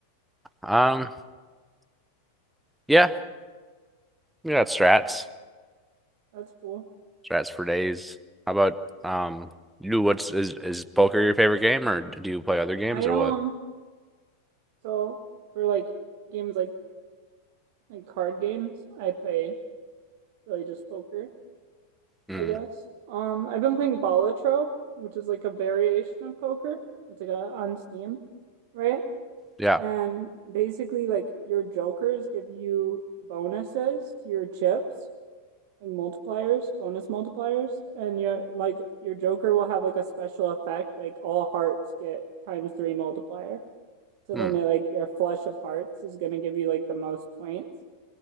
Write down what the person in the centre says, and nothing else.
Um, yeah, we got strats.
Strats for days. How about um you what's is is poker your favorite game or do you play other games
or
what?
Hmm.
Yeah.
Hmm.